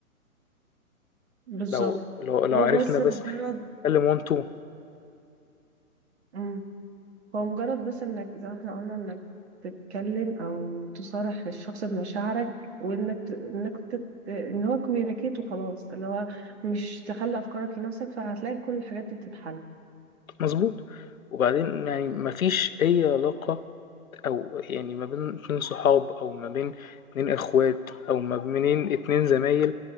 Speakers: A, on the right; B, on the left.
A: بالظبط
B: لو لو لو
A: هو
B: عرفنا
A: بس
B: بس
A: مجرد
B: نتكلم وان تو
A: مم. هو مجرد بس انك زي ما احنا قلنا انك تتكلم او تصارح الشخص بمشاعرك وانك ت... انك تت... ان هو كوميونيكيت وخلاص اللي هو مش تخلي افكارك لنفسك فهتلاقي كل الحاجات دي بتتحل
B: مظبوط وبعدين يعني مفيش أي علاقة أو يعني ما بين 2 صحاب أو ما بين 2 إخوات أو ما بين 2 زمايل